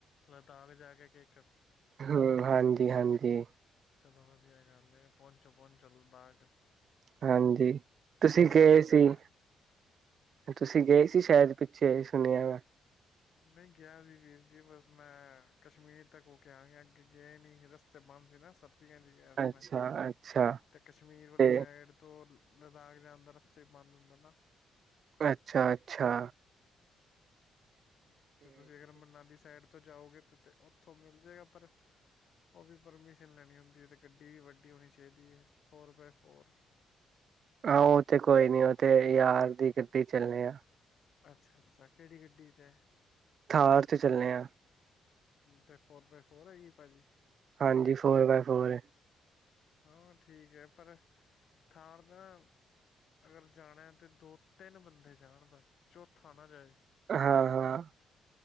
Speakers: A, on the left; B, on the right.
A: ਲਦਾਖ ਜਾ ਕੇ ਕੇ
B: ਹਮ ਹਾਂਜੀ ਹਾਂਜੀ।
A: ਚਲੋ ਵਧੀਆ ਗੱਲ ਪਹੁੰਚੋ ਪਹੁੰਚੋ ਲੱਦਾਖ
B: ਹਾਂਜੀ। ਤੁਸੀਂ ਗਏ
A: ਸਾਲ ਦਾ
B: ਸੀ
A: ਹੈਗਾ
B: ਤੁਸੀਂ ਗਏ ਸੀ ਸ਼ਾਇਦ ਪਿੱਛੇ ਸੁਣਿਆ ਵੈਂ।
A: ਨਹੀਂ ਗਿਆ ਸੀ ਵੀਰ ਜੀ ਬਸ ਮੈਂ ਕਸ਼ਮੀਰ ਤੱਕ ਹੋ ਕੇ ਆ ਅੱਗੇ ਗਏ ਨਹੀਂ ਸੀ ਰਸਤੇ ਬੰਦ ਸੀ ਨਾ ਸਰ ਹਾਂਜੀ ਗਿਆ ਸੀ
B: ਅੱਛਾ
A: ਮੈਂ
B: ਅੱਛਾ
A: ਤੇ ਕਸ਼ਮੀਰ ਵਾਲੀ
B: ਤੇ
A: ਸਾਈਡ ਤੋਂ ਲਦਾਖ ਜਾਂਦਾ ਰਸਤੇ ਬੰਦ ਹੁੰਦਾ ਨਾ।
B: ਅੱਛਾ ਅੱਛਾ।
A: ਤੇ ਤੁਸੀਂ ਅਗਰ ਮੰਨਾਲੀ ਸਾਈਡ ਉਥੋਂ ਜਾਓਗੇ ਉੱਥੋਂ ਮਿਲ ਜਾਏਗਾ ਪਰ ਉਹ ਵੀ ਪਰਮਿਸ਼ਨ ਲੈਣੀ ਹੁੰਦੀ ਹੈ ਤੇ ਗੱਡੀ ਵੀ ਵੱਡੀ ਹੋਣੀ ਚਾਹੀਦੀ ਹੈ ਫੋਰ ਬਾਏ ਫੋਰ
B: ਆਹੋ ਉਹ ਤੇ ਕੋਈ ਨੀ ਉਹ ਤੇ ਯਾਰ ਦੀ ਗੱਡੀ ਚੱਲੇ ਆ।
A: ਅੱਛਾ ਅੱਛਾ ਕਿਹੜੀ ਗੱਡੀ ਤੇ?
B: ਥਾਰ ਤੇ ਚੱਲੇ ਆਾਂ।
A: ਤੇ ਫੋਰ ਬਾਏ ਫੋਰ ਹੈਗੀ ਭਾਜੀ।
B: ਹਾਂਜੀ ਫੋਰ ਬਾਏ ਫੋਰ
A: ਹਾਂ ਠੀਕ ਹੈ ਪਰ ਥਾਰ ਦਾ ਅਗਰ ਜਾਣਾ ਤੇ ਦੋ ਤਿੰਨ ਬੰਦੇ ਜਾਣ ਬਸ ਚੌਥਾ ਨਾ ਜਾਏ।
B: ਹਾਂ ਹਾਂ।